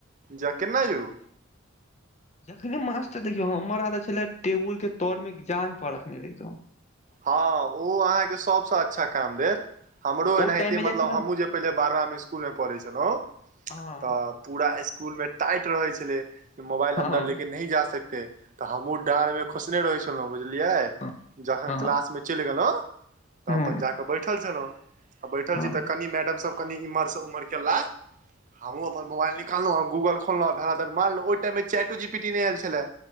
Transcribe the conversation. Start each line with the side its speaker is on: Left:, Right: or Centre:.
Right: जा केना यौ?
Left: जखने मास्टर देखियौ हमर आदत छले टेबुल के तर मे जांघ पर रखने रहितौ।
Right: हँ ओ अहाँके सबसे अच्छा काम भेल। हमरो एनाहिते
Left: ओ टाइम मे जाइ
Right: मतलब
Left: छलहुँ
Right: हमहूँ जे पहिले बारहवामे इस्कुलमे पढ़ै छलहुँ
Left: हं
Right: तऽ पूरा इस्कुलमे टाइट रहै छलै जे मोबाइल
Left: हँ
Right: अन्दर
Left: हँ
Right: ले के नहि जा सकते तऽ हमहूँ डाँड़मे खोसने रहैय छलहुँ बुझलियै
Left: हँ हँ
Right: क्लास मे चलि गेलहुं तऽ
Left: हँ
Right: अपन जा कऽ बैठल छलौं तऽ बैठल
Left: हँ
Right: छी त कनी मैडम सब कनी इमहर स उमहर गेलैथ तऽ हमहूँ अपन मोबइल नि नीकाललौ आ गूगल खोलहुं धरा धर मारलौ ओइ टाइम मे चैटो जी पीटी नहि आयल छले